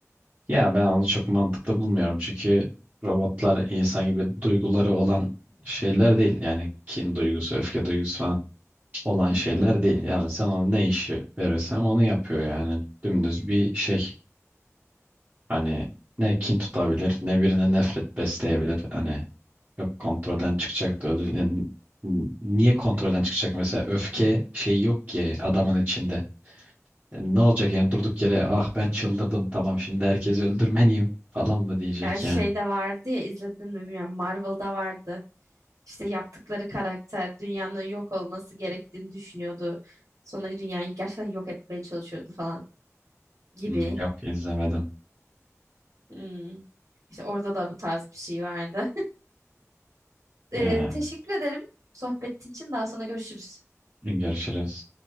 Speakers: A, on the right; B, on the right.
A: Ya ben onu çok mantıklı bulmuyorum çünkü robotlar insan gibi duyguları olan şeyler değil. Yani kin duygusu, öfke duygusu falan olan
B: Hı
A: şeyler
B: hı.
A: değil. Yani sen ona ne işi verirsen onu yapıyor yani. Dümdüz bir şey. Hani ne kin tutabilir ne birine nefret besleyebilir. Hani yok kontrolden çıkacak da ödül- yani niye kontrolden çıkacak mesela öfke şey yok ki adamın içinde. E, Ne olacak yani durduk yere ah ben çıldırdım tamam şimdi herkesi öldürmeliyim falan mı diyecek
B: Ya şey
A: yani.
B: de vardı ya izledin mi bilmiyorum. Marvel'da vardı. İşte yaptıkları karakter dünyanın yok olması gerektiğini düşünüyordu. Sonra dünyayı gerçekten yok etmeye çalışıyordu falan gibi.
A: Hmm, yok izlemedim.
B: Hmm. İşte orada da bu tarz bir şey vardı. <laughs> Ee,
A: Ee,
B: teşekkür ederim sohbetin için. Daha sonra görüşürüz.
A: görüşürüz.